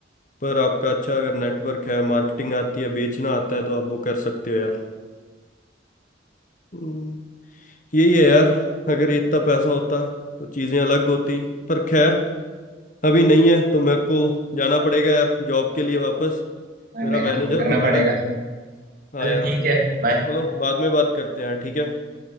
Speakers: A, on the left (about 45°); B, on the right (about 50°).
A: पर आपका अच्छा अगर नेटवर्क है मार्केटिंग आती है बेचना आता है तो आप वो कर सकते हो यार यही है यार अगर ये इतना पैसा होता तो चीजें अलग होती पर खैर अभी नहीं है तो मेरे को जाना पड़ेगा यार जॉब के लिए वापस
B: हाँ,
A: मेरा
B: मेहनत
A: मैनेजर
B: तो करना
A: बुला
B: पड़ेगा
A: रहा है हाँ
B: चल
A: यार
B: ठीक है बाय
A: चलो बाद में बात करते हैं यार ठीक है